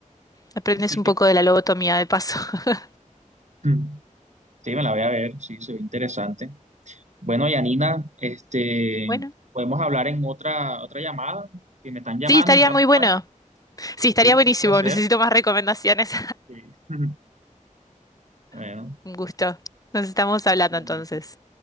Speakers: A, on the left (about 25°); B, on the right (about 60°).
A: Aprendes
B: ¿Y
A: un
B: qué?
A: poco de la lobotomía de paso. <laughs>
B: Mm, Sí, me la voy a ver, sí, se ve interesante. Bueno, Yanina, este,
A: Bueno.
B: podemos hablar en otra, otra llamada, que me están llamando,
A: Sí, estaría
B: me voy
A: muy
B: a ocupar.
A: bueno. Sí, estaría
B: Sí,
A: buenísimo.
B: un placer.
A: Necesito más recomendaciones.
B: Sí. <laughs> Bueno,
A: <laughs> Un gusto. Nos estamos hablando
B: eh,
A: entonces.